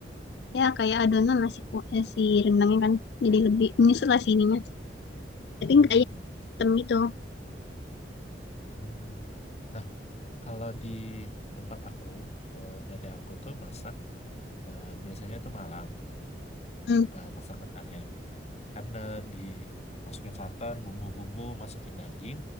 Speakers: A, on the left (about 65°); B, on the left (about 35°).
A: ya kayak adonan masih ku- eh, si rendangnya kan jadi lebih menyusut lah si ininya. Tapi
B: Hmm.
A: nggak yang hitam gitu.
B: Hmm. Nah kalau di tempat aku, oh, nenek aku tuh masak eh, biasanya tuh malam
A: Hmm,
B: eh, masak rendangnya. karena dimasukin santan bumbu-bumbu masukin daging